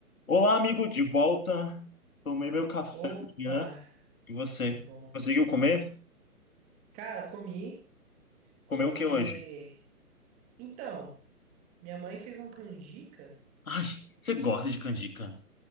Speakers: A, on the left (about 65°); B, on the right (about 15°).
A: Olá, amigo, de volta. Tomei meu café
B: Opa,
A: da manhã. E você?
B: que bom.
A: Conseguiu comer?
B: Cara, comi, comi.
A: Comeu o que hoje?
B: Então, minha mãe fez uma canjica,
A: Ai, você gosta de canjica?